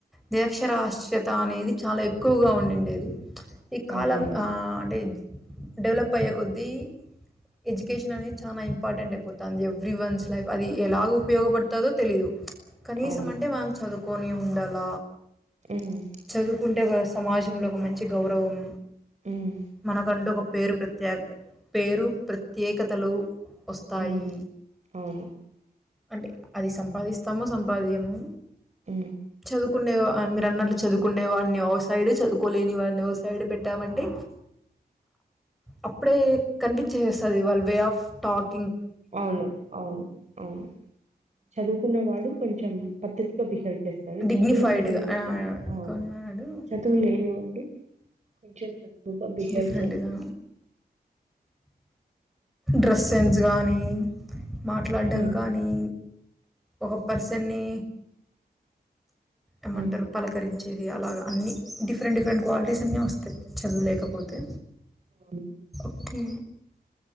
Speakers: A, in the centre; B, on the right.
A: నిరక్షరస్యత అనేది చాలా ఎక్కువగా ఉండిండేది ఈ కాలం
B: అవునవును
A: ఆ అంటే డెవలప్ అయ్యే కొద్దీ ఎడ్యుకేషన్ అనేది చాలా ఇంపార్టెంట్ అయిపోతుంది ఎవ్రీ వన్స్ లైఫ్ అది ఎలా ఉపయోగపడుతుందో తెలీదు కనీసం
B: అవును
A: అంటే మనం చదువుకొని ఉండాల
B: ఉమ్,
A: చదువుకుంటే సమాజంలో ఒక మంచి గౌరవం
B: ఉమ్.
A: మనకంటూ ఒక పేరు ప్రత్యేక పేరు ప్రత్యేకతల వస్తాయి
B: హ్మ్ అవును
A: అంటే అది సంపాదిస్తాము సంపాదియము
B: అ
A: చదువుకుండే మీరు అన్నట్లు చదువుకుండేవాడిని ఓ సైడు చదువుకోలేని వాడిని ఓ సైడ్ పెట్టామంటే అప్పుడే కనిపించేస్తది వాళ్ళ వే ఆఫ్ టాక్
B: అవును అవును అవును చదువుకున్న వాడు కొంచెం పద్ధతిగా బిహేవ్ చేస్తాడు
A: డిగ్నిఫైడ్గా
B: చదువు లేని వాడు ఆ
A: కొనివాడు
B: చదువు లేని వాడు కొంచెం తక్కువగా బిహేవ్
A: డిఫరెంట్గా
B: చేస్తారు
A: డ్రెస్ సెన్స్ కానీ మాట్లాడటము
B: హ్మ్.
A: కానీ ఒక పర్స దన్ని ఏమంటారు
B: హ్మ్.
A: పలకరించ ది అలాగ అన్నీ డిఫరెంట్ డిఫరెంట్ క్వాలిటీస్ అన్నీ వస్తాయి చదువులేకపోతే
B: అ
A: ఓకే